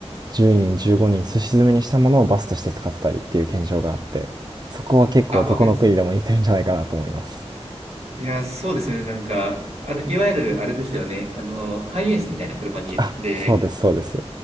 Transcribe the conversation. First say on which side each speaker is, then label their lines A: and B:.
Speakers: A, on the right; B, on the right.
A: 10人15人すし詰めにしたものをバスとして使ってたりっていう現象があってそこは結構どこの国でも似てるんじゃないかなと思います
B: はい。あ、わかります。いや、そうですよね。なんか、あの、いわゆるあれですよね。あの、ハイエースみたいな車に、
A: あそうですそうです
B: で、